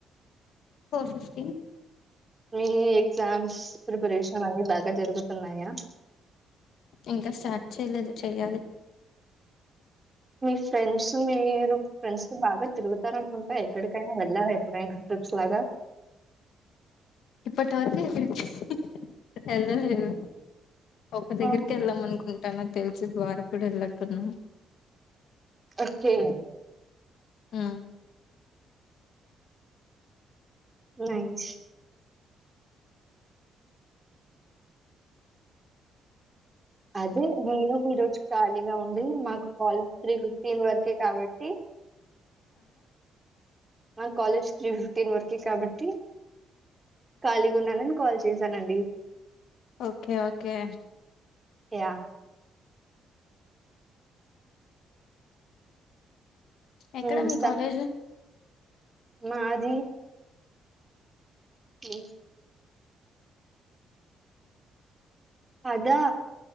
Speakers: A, on the left (about 75°); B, on the right (about 25°).
A: ఫోర్ ఫిఫ్టీన్
B: మీ ఎగ్జామ్ ప్రిపరేషన్ అన్ని బాగా జరుగుతున్నాయా
A: ఇంకా స్టార్ట్ చేయలేదు చెయ్యాలి
B: మీ ఫ్రెండ్స్ మీరు ఫ్రెండ్స్ తో బాగా తిరుగుత రనుకుంటా ఎక్కడికైనా వెళ్ళారా ఎప్పుడైనా ట్రిప్స్ లాగా
A: ఇప్పటి వరకు ఎక్కడికి వెళ్ళలేదు ఒక దగ్గరికి
B: అవును.
A: వెళ్ళాం అనుకుంటాను తెలిసి ద్వారకుడు వెళ్ళట్టున్నాం
B: ఓకే
A: ఆ
B: నైస్ అదే నేను ఈ రోజు ఖాళీగా ఉండే మాకు కాలజ్ త్రీ ఫిఫ్టీన్ వరకే కాబట్టి మా కాలేజ్ త్రీ ఫిఫ్టీన్ వరకె కాబట్టి ఖాళీగా ఉన్నానని కాల్ చేసానండి
A: ఓకే ఓకే
B: యః
A: ఎక్కడ
B: హ్మ్.
A: మీ
B: స
A: కాలేజు
B: మాది ఏ అదా